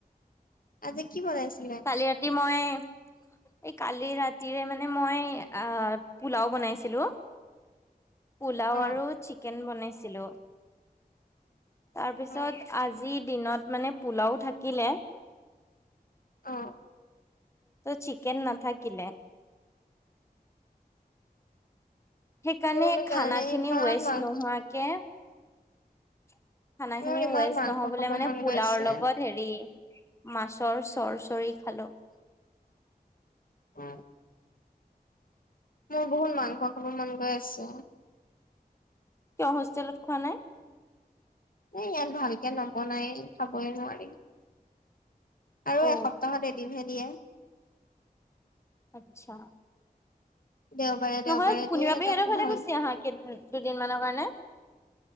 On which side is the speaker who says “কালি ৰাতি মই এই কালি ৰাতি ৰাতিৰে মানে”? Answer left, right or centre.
Left